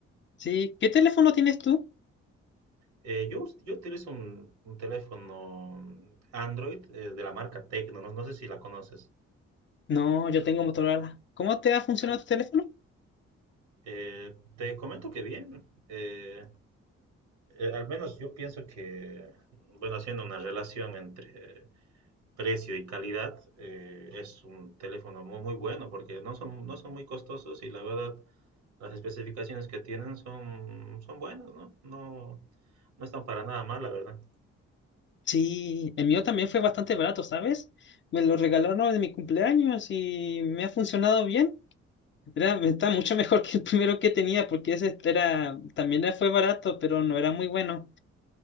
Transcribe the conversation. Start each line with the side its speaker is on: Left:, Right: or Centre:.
Left: Sí, ¿qué teléfono tienes tú?
Right: Eh, yo, us- yo utilizo un, un teléfono Android eh, de la marca Tecno, no, no sé si la conoces.
Left: No, yo tengo Motorola. ¿Cómo te ha funcionado
Right: Ah,
Left: tu teléfono?
Right: eh, te comento que bien. eh, eh, al menos yo pienso que, bueno, haciendo una relación entre precio y calidad, eh, es un teléfono muy, muy bueno porque no son, no son muy costosos y la verdad las especificaciones que tienen son, son buenas, ¿no? No, no están para nada mal, la verdad.
Left: Sí, el mío también fue bastante barato, ¿sabes? Me lo regalaron en mi cumpleaños y me ha funcionado bien. Era, está mucho mejor <laughs> que el primero que tenía porque ese era, también fue barato, pero no era muy bueno.